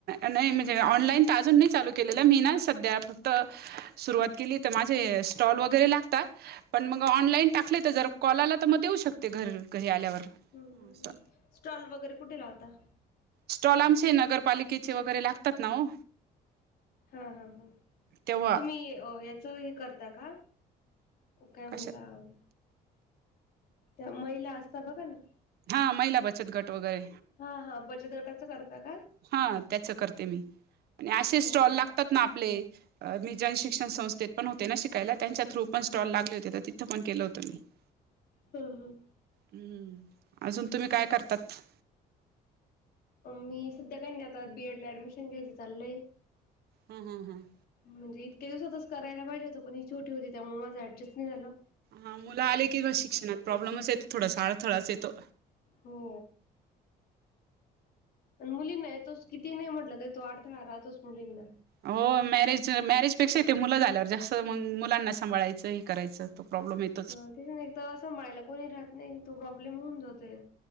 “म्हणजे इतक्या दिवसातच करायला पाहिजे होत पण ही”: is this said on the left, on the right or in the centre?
Left